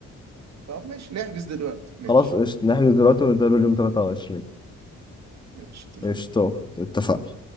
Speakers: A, on the right; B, on the left.
A: طب ماشي نحجز دلوقتي ماشي
B: خلاص قشطة نحجز دلوقتي ونتقابل يوم 23
A: ماشي اتفقنا
B: قشطة اتفقنا